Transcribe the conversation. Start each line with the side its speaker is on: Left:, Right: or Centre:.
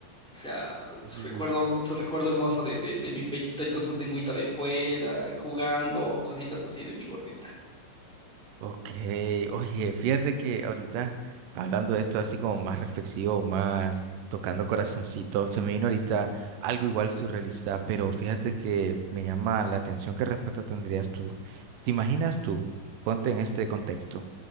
Centre: O sea, su
Right: Uf.
Centre: recuerdo, su recuerdo hermoso de, de, de mi pechito ahí con su lengüita de fuera, jugando, cositas así de mi gordita.
Right: Ok, oye, fíjate que ahorita hablando de esto así como más reflexivo, más tocando corazoncito, se me vino ahorita algo igual surrealista, pero fíjate que me llama la atención qué respuesta tendrías tú. ¿Te imaginas tú, ponte en este contexto,